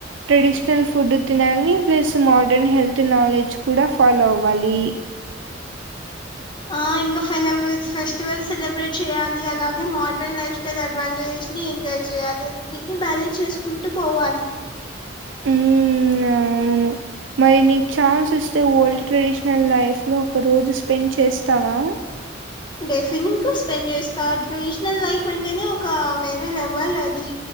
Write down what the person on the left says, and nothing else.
ఆ ఇంకా ఫనేమిల్ ఫెస్టివల్ సెలబ్రేట్ చేయాలి అలాగే మెడ్రన్ లైఫ్ స్టైల్ అడ్వాంటేజ్ చ్ని ఎంజాయ్ చేయాలి రెండింటిని బ్యాలెన్స్ చేసుకుంటూ పోవాలి
డెఫినెట్ గా స్పెండ్ చేస్తా ట్రెడిషనల్ లైఫ్ అంటేనే ఒక వేరే లెవల్ అది